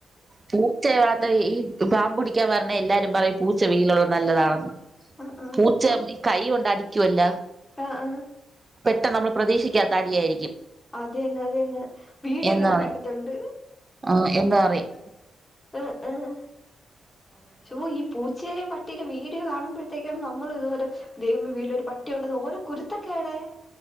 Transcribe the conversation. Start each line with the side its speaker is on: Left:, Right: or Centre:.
Right: പൂ പൂച്ചയേ വളർത്തലി ഈ പാമ്പുടിക്കാൻ വരണ എല്ലാരും പറയും പൂച്ച വീട്ടിലുള്ളത് നല്ലതാണെന്ന്
Left: ആ
Right: പൂച്ച അ കൈ കൊണ്ട് അടിക്കുവല്ലോ
Left: ആഹ് ആഹ്
Right: പെട്ടെന്ന് നമ്മൾ പ്രതീക്ഷിക്കാത്ത അടിയായിരിക്കും
Left: അതന്നെ അതന്നെ വീഡിയോല്ലൊക്കെ
Right: എന്ന് പറയും
Left: കണ്ടിട്ടുണ്ട്
Right: ആഹ് എന്ന് പറയും
Left: ആഹ് ആഹ് ഓഹ് ഈ പൂച്ച പൂച്ചേടെ പട്ടിടെ ഒരു വീഡിയോ കാണ കാണുമ്പോഴത്തേക്കാണ് നമ്മൾ ഇതുവരെ ദൈവമേ വീട്ടിലൊരു പട്ടിയുണ്ടന്ന് ഓരോ കുരുത്തക്കേടെ